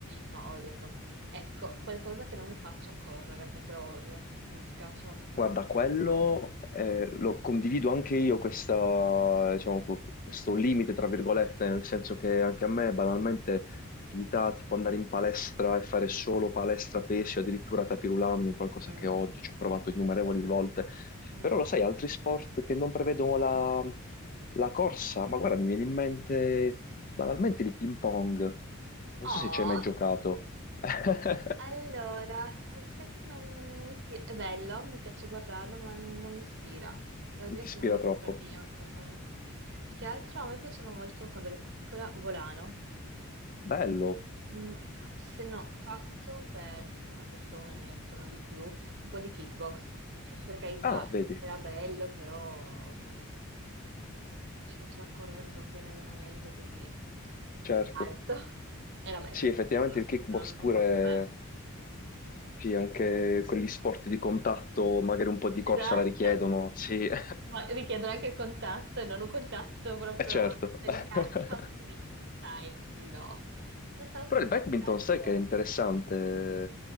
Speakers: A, on the right; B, on the left.
A: No, odio proprio. Ecco, qualcosa che non mi faccia correre, perché lo odio. Mi spiace, ma proprio
B: Guarda,
A: non mi...
B: quello
A: No.
B: eh, lo condivido anche io, questa, diciamo, co- questo limite, tra virgolette, nel senso che anche a me banalmente attività tipo andare in palestra e fare solo palestra pesce, addirittura tapirulan, qualcosa
A: Mm.
B: che odio, ci ho provato innumerevoli volte.
A: Mm.
B: Però lo sai, altri
A: Mm.
B: sport che non prevedono la, la corsa, ma guarda, mi viene in mente banalmente il ping pong. Non
A: Oh!
B: so se ci hai mai giocato. <laughs>
A: Allora, sai che non, non mi ispira, è bello, mi piace guardarlo, ma non mi ispira. Devo
B: non
A: dire
B: ti ispira
A: che non è
B: troppo.
A: proprio il mio. mm-mm. Più che altro a me piaceva molto quando ero piccola, Volano.
B: Bello.
A: Mm, o se no, ho fatto per ma giusto un annetto, non di più, un po' di kickbox, che per carità
B: Ah, vedi,
A: era bello, però mm, ci faceva correre troppo in allenamento, quindi
B: certo.
A: alto. <laughs> Era bello
B: Sì,
A: per
B: effettivamente
A: carità,
B: il kickbox
A: però non
B: pure,
A: fa per me.
B: sì, anche quegli sport di contatto, magari un po' di corsa
A: Esatto,
B: la richiedono, sì, <laughs> è
A: ma richiedono anche il contatto e non un contatto proprio
B: certo.
A: delicato,
B: <laughs>
A: <laughs> quindi sai, no. Non stavo
B: Però
A: pensando
B: il badminton
A: che altro...
B: sai che è interessante,